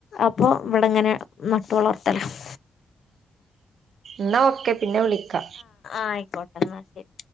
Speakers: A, on the left (about 60°); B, on the right (about 70°).
A: അപ്പോഇവിടെങ്ങനെ നട്ട് വളർത്തല ഹ്
B: ന്നാ ഒക്കെ പിന്നെ വിളിക്കാ
A: ആയിക്കോട്ടെ എന്ന ശരി